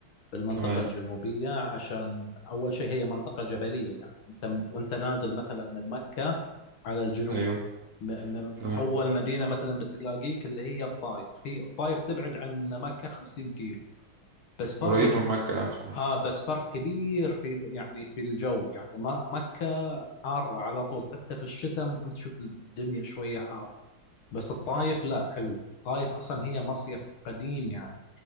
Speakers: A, on the left; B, on the right.
A: في المنطقه
B: تمام
A: الجنوبيه عشان اول شيء هي منطقه جبليه يعني انت وانت نازل مثلا من مكه على الجنوب
B: ايوه
A: م- م-
B: تمام
A: أول مدينة مثلا بتلاقيك اللي هي الطائف هي الطائف تبعد عن مكة 50 كيلو بس فرق
B: قريبة
A: كب...
B: من مكة آه، صحيح
A: آه بس فرق كبير في يعني في الجو يعني ما مكة حارة على طول حتى في الشتاء ممكن تشوف الدنيا شوية حارة بس الطائف لا حلوة الطائف أصلا هي مصيف قديم يعني